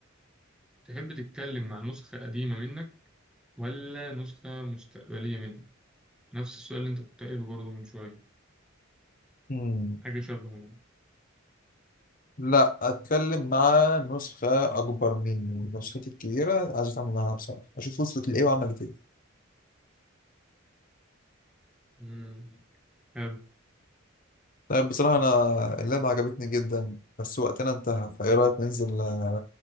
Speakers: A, in the centre; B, on the left.
A: تحب تتكلم مع نسخة قديمة منك ولا نسخة مستقبلية منك نفس السؤال اللي أنت كنت قايله برضه من شوية
B: مم.
A: حاجة شبهه يعني
B: لا اتكلم مع نسخة اكبر مني نسختي الكبيرة عايز اتعامل معاها بصراحة اشوف وصلت لايه وعملت ايه
A: مم. حلو
B: طيب بصراحة انا اللعبة عجبتني جدا بس وقتنا انتهى فايه رأيك ننزل آه،